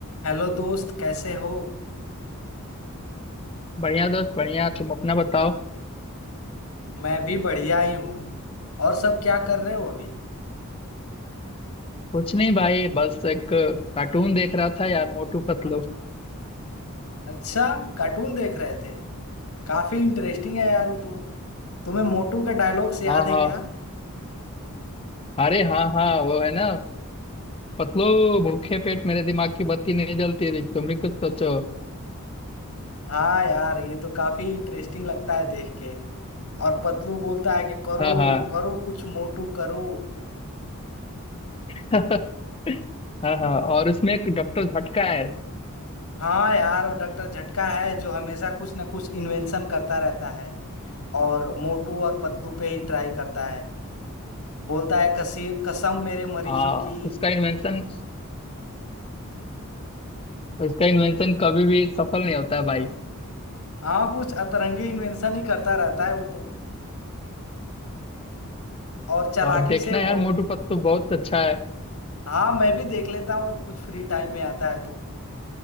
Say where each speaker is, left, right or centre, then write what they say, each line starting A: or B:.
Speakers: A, on the left; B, on the left.
A: Hello दोस्त कैसे हो
B: बढ़िया दोस्त बढ़िया तुम अपना बताओ
A: मैं भी बढ़िया ही हूँ और सब क्या कर रहे हो अभी
B: कुछ नहीं भाई बस एक कार्टून देख रहा था यार मोटू पतलू
A: अच्छा कार्टून देख रहे थे काफी इंटरेस्टिंग है यार वो तो तुम्हें मोटू के डायलॉग्स याद
B: हाँ
A: हैं
B: हाँ
A: क्या
B: अरे हाँ हाँ वो है ना पतलू भूखे पेट मेरे दिमाग की बत्ती नहीं जलती रही तुम भी कुछ सोचो
A: हाँ यार ये तो काफी इंटरेस्टिंग लगता है देख के और पतलू बोलता है कि करो
B: हाँ हाँ
A: करो कुछ मोटू करो
B: <laughs> हाँ हाँ और उसमें एक डॉक्टर भटका है
A: हाँ यार वो डॉक्टर झटका है जो हमेशा कुछ ना कुछ इन्वेंशन करता रहता है और मोटू और पतलू पे ही ट्राई करता है बोलता है कसी कसम मेरे मरीजों
B: हाँ
A: की
B: उसका इन्वेंशन उसका इन्वेंशन कभी भी सफल नहीं होता है भाई
A: हाँ कुछ अतरंगी इन्वेंशन ही करता रहता है वो तो और चालाकी
B: और देखना
A: से मोटू
B: यार मोटू पतलू बहुत अच्छा है
A: हाँ मैं भी देख लेता हूँ कुछ फ्री टाइम में आता है तो